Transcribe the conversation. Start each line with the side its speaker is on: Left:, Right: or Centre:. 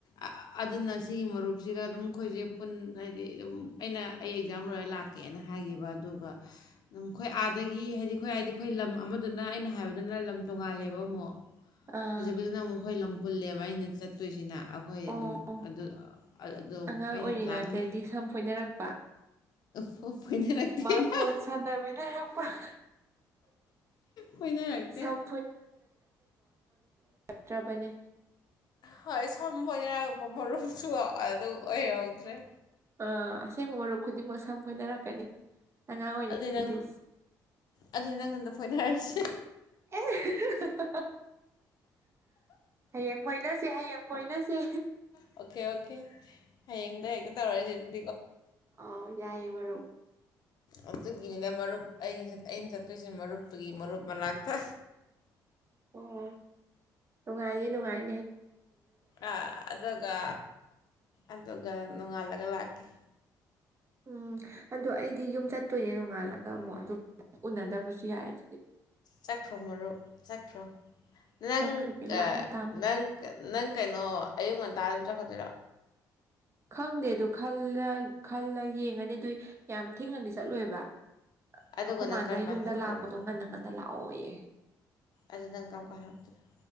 Left: ꯑ-ꯑ ꯑꯗꯨꯅ ꯁꯤꯒꯤ ꯃꯔꯨꯞꯁꯤꯒ ꯑꯗꯨꯝ ꯑꯩꯈꯣꯏꯒꯩ ꯄꯨꯟ ꯍꯥꯏꯗꯤ ꯑꯗꯨꯝ ꯑꯩꯅ ꯑꯩ ꯑꯦꯛꯖꯥꯝ ꯂꯣꯏꯔ ꯂꯥꯛꯀꯦꯅ ꯍꯥꯏꯈꯤꯕ ꯑꯗꯨꯒ ꯑꯗꯨꯝ ꯑꯩꯈꯣꯏ ꯑꯥꯗꯒꯤ ꯍꯥꯏꯗꯤ ꯑꯩꯈꯣꯏ ꯍꯥꯏꯗꯤ ꯑꯩꯈꯣꯏ ꯂꯝ ꯑꯃꯗꯨꯅ ꯑꯩꯅ ꯍꯥꯏꯕꯗꯨꯅ ꯂꯝ ꯇꯣꯉꯥꯜꯂꯦꯕ ꯑꯃꯨꯛ <unintelligible>
Right: ꯑꯥ
Left: ꯑꯃꯨꯛ ꯈꯣꯏ ꯂꯝ ꯍꯨꯜꯂꯦꯕ ꯑꯩꯅ ꯆꯠꯇꯣꯏꯁꯤꯅ ꯍꯣꯏ
Right: ꯑꯣ
Left: ꯑꯗꯨꯝ ꯑꯗꯨ ꯑꯣ ꯑ ꯑꯗꯣ
Right: ꯑꯉꯥꯡ
Left: ꯑꯩꯅ
Right: ꯑꯣꯏꯔꯤꯉꯥꯟꯗꯗꯤ
Left: ꯂꯥꯛꯀꯦ
Right: ꯁꯝ ꯐꯣꯏꯅꯔꯛꯄ
Left: ꯐꯣꯏ ꯐꯣꯏꯅꯔꯛꯇꯦꯗ
Right: ꯃꯥꯔꯕꯣꯜ ꯁꯥꯟꯅꯃꯤꯟꯅꯔꯛꯄ
Left: ꯐꯣꯏꯅꯔꯛꯇꯦ
Right: ꯁꯝ ꯆꯠꯇ꯭ꯔꯕꯅꯦ
Left: ꯍꯣꯏ ꯁꯝ ꯐꯣꯏꯅꯔꯛꯄ ꯃꯔꯨꯞ <unintelligible> ꯑꯗꯨ ꯑꯣꯏꯍꯧꯗ꯭ꯔꯦ
Right: ꯑꯥ ꯑꯁꯦꯡꯕ ꯃꯔꯨꯞ ꯈꯨꯗꯤꯡꯃꯛ ꯁꯝ ꯐꯣꯏꯅꯔꯛꯀꯅꯤ ꯑꯉꯥꯡ ꯑꯣꯏꯔꯤꯉꯩꯗꯤ
Left: ꯑꯗꯨꯗꯤ ꯅꯪ ꯑꯗꯨꯗꯤ ꯅꯪ ꯅꯊꯟꯗ ꯐꯣꯏꯅꯔꯁꯤ
Right: ꯍꯥ-ꯍꯥ ꯍꯌꯦꯡ ꯐꯣꯏꯅꯁꯦ ꯍꯌꯦꯡ ꯐꯣꯏꯅꯁꯦ
Left: ꯑꯣꯀꯦ ꯑꯣꯀꯦ ꯍꯌꯦꯡꯗ ꯍꯦꯛꯇ <unintelligible>
Right: ꯑꯥꯎ ꯌꯥꯏꯌꯦ ꯃꯔꯨꯞ
Left: ꯑꯗꯨꯒꯤꯅꯤꯗ ꯃꯔꯨꯞ ꯑꯩꯁ ꯑꯩꯅ ꯆꯠꯇꯣꯏꯁꯦ ꯃꯔꯨꯞꯇꯨꯒꯤ ꯃꯔꯨꯞ ꯃꯅꯥꯛꯇ
Right: ꯑꯣ ꯅꯨꯡꯉꯥꯏꯌꯦ ꯅꯨꯡꯉꯥꯏ
Left: ꯑꯥ ꯑꯗꯨꯒ ꯑꯗꯨꯒ ꯅꯣꯡꯉꯥꯜꯂꯒ ꯂꯥꯛ ꯑꯣꯀꯦ
Right: ꯎꯝ ꯑꯗꯣ ꯑꯩꯗꯤ ꯌꯨꯝ ꯆꯠꯇꯣꯏꯅꯦ ꯅꯣꯡꯉꯥꯜꯂꯒ ꯑꯃꯨꯛ ꯑꯗꯨ ꯎꯅꯗꯕꯁꯨ ꯌꯥꯏ ꯑꯗꯨꯗꯤ
Left: ꯆꯠꯈ꯭ꯔꯣ ꯃꯔꯨꯞ ꯆꯠꯈ꯭ꯔꯣ ꯅꯪ
Right: ꯆꯠꯈ꯭ꯔꯒꯦ ꯂꯥꯞꯅ
Left: ꯑ
Right: ꯇꯥꯝꯅ
Left: ꯅꯪ ꯅꯪ ꯀꯩꯅꯣ ꯑꯌꯨꯛ ꯉꯟꯇꯥ ꯑꯗꯨꯝ ꯆꯠꯈ <unintelligible>
Right: ꯈꯪꯗꯦ ꯑꯗꯨ ꯈꯜꯂ ꯈꯜꯂ ꯌꯦꯡꯉꯅꯤ ꯑꯗꯨꯏ ꯌꯥꯝ ꯊꯦꯡꯅꯗꯤ ꯆꯠꯂꯣꯏꯕ
Left: ꯑꯗꯨꯒ
Right: ꯑꯩꯈꯣꯏ
Left: ꯅꯪ
Right: ꯃꯥꯅ
Left: ꯀꯔꯝ ꯀꯥꯟ
Right: ꯌꯨꯝꯗ
Left: ꯍꯜꯂꯛꯇꯣꯏꯕ
Right: ꯂꯥꯛꯄꯗꯣ ꯉꯟꯅ ꯉꯟꯟꯅ ꯂꯥꯛ ꯑꯣꯏꯌꯦ
Left: ꯑꯗꯨ ꯅꯪ ꯀꯝꯀꯥꯟ ꯍꯂꯛꯇꯣꯏꯕ